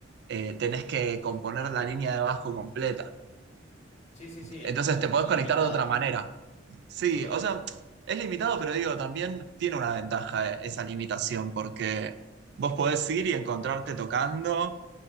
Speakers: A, on the right; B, on the left.
A: eh, tenés que componer la línea de bajo completa.
B: Sí, sí, sí,
A: Entonces
B: es como
A: te podés
B: to- limitado.
A: conectar de otra manera. Sí,
B: totalmente.
A: o sea, es limitado, pero digo, también tiene una ventaja eh, esa limitación, porque vos podés ir y encontrarte tocando